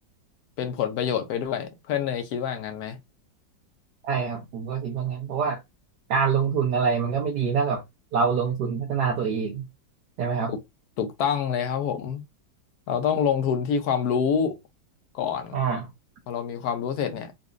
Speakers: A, on the left; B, on the right.
A: เป็นผลประโยชน์ไปด้วยเพื่อนเนยคิดว่างั้นไหม
B: ใช่ครับผมก็คิดว่างั้นเพราะว่าการลงทุนอะไรมันก็ไม่ดีเท่ากับเราลงทุนพัฒนาตัวเองใช่ไหมครับ
A: ถูกถูกต้องเลยครับผมเราต้องลงทุนที่ความรู้ก่อน
B: อ่า
A: พอเรามีความรู้เสร็จเนี่ย